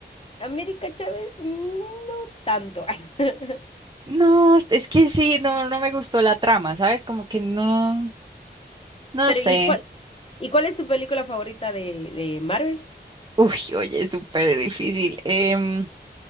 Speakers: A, on the left (about 30°); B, on the right (about 25°).
A: América Chávez mm, no tanto. <laughs>
B: No, es que sí, no, no me gustó la trama, ¿sabes? Como que no, no
A: Pero
B: sé.
A: ¿y cuál, y cuál es tu película favorita de, de Marvel?
B: Uy, oye, es súper difícil. em,